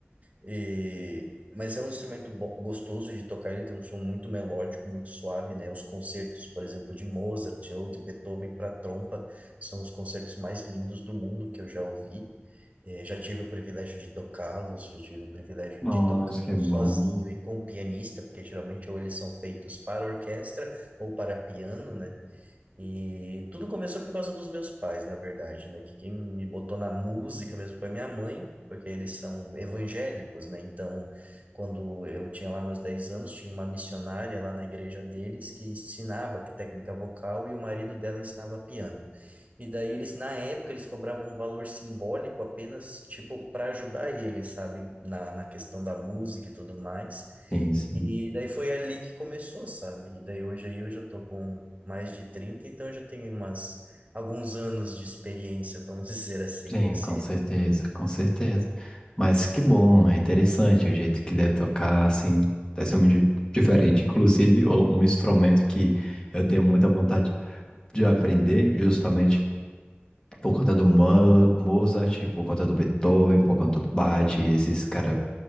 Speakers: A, on the right; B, on the left.
A: E, mas é um instrumento bo- gostoso de tocar, ele tem um som muito melódico, muito suave, né? Os concertos, por exemplo, de Mozart ou de Beethoven para trompa, são os concertos mais lindos do mundo que eu já ouvi. Eh, já tive o privilégio de tocá-los, já tive o privilégio
B: Nossa,
A: de tocá-los
B: que bom.
A: sozinho e com pianista, porque geralmente ou eles são feitos para orquestra ou para piano, né? E tudo começou por causa dos meus pais, na verdade, né? Que quem me botou na música mesmo foi minha mãe, porque eles são evangélicos, né? Então, quando eu tinha lá meus 10 anos, tinha uma missionária lá na igreja deles que ensinava técnica vocal e o marido dela ensinava piano. E daí eles, na época, eles cobravam um valor simbólico apenas, tipo, para ajudar eles, sabe? Na, na questão da música e tudo mais.
B: Sim, sim.
A: E daí foi ali que começou, sabe? E daí hoje aí eu já tô com mais de trinta então eu já tenho umas, alguns anos de experiência, vamos <laughs> dizer assim,
B: Sim,
A: nesse,
B: com certeza, com certeza. Mas que bom, é interessante o jeito que deve tocar, assim, deve ser muito di- diferente. Inclusive, o- um instrumento que eu tenho muita vontade de aprender justamente por conta do Ma- Mozart, por conta do Beethoven, por conta do Bach, esses cara